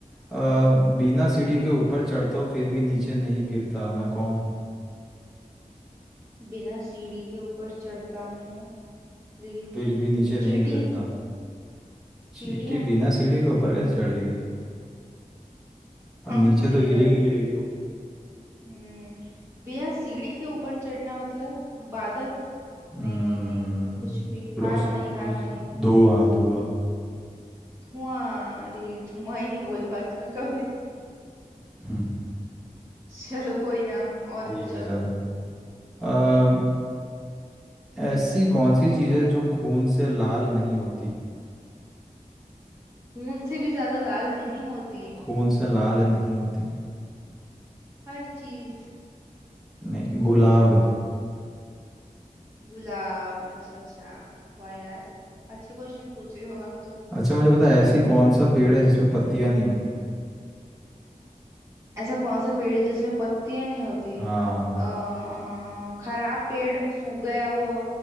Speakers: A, in the centre; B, on the right.
A: अ, बिना सीढ़ी के ऊपर चढ़ता हूँ फिर भी नीचे नहीं गिरता मैं कौन हूँ
B: बिना सीढ़ी के ऊपर चढ़ता हूँ लेकिन
A: फिर
B: ये-
A: भी नीचे
B: चींटी
A: नहीं गिरता चींटी
B: चींटियां
A: बिना सीढ़ी के ऊपर कैसे चढ़ेगी और
B: हाँ
A: नीचे
B: सही
A: तो गिरेगी
B: बात है
A: गिरेगी वो
B: हम्म बिना सीढ़ी के ऊपर चढ़ना मतलब बादल
A: हम्म
B: नहीं नहीं नहीं कुछ भी
A: Close
B: हार मानी
A: close
B: हार मानी
A: धुआं धुआं
B: धुआं अरे धुआं ही नहीं बोल पाती मैं कभी
A: हम्म,
B: चलो कोई ना और
A: ठीक
B: पूछो
A: है सर अम, ऐसी कौन सी चीज़ है जो खून से लाल नहीं होती
B: खून से भी ज्यादा लाल नहीं होती
A: खून से लाल नहीं होती
B: हर चीज
A: नहीं गुलाब
B: गुलाब अच्छा अच्छा वाह यार अच्छे क्वेश्चन पूछ रहे हो आप तो
A: अच्छा मुझे पता है ऐसी कौन सा पेड़ है जिसमें पत्तियां नहीं होती
B: ऐसा कौन सा पेड़ है जिसमें पत्तियां नहीं होती है
A: हाँ
B: अ, खराब पेड़ सूख गया हुआ